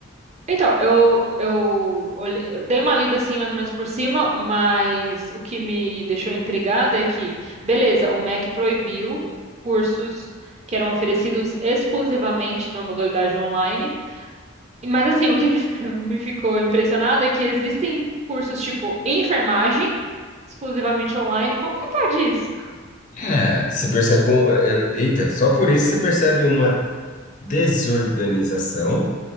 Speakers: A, on the right; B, on the left.
A: Então, eu, eu, olhe- eu dei uma lida assim, mais ou menos por cima, mas o que me deixou intrigada é que, beleza, o MEC proibiu cursos que eram oferecidos exclusivamente na modalidade online. Mas assim, o que me <laughs> me ficou impressionado é que existem cursos tipo enfermagem, exclusivamente online. Como que pode isso?
B: É, você percebe um, é, é, eita, só por isso você percebe uma desorganização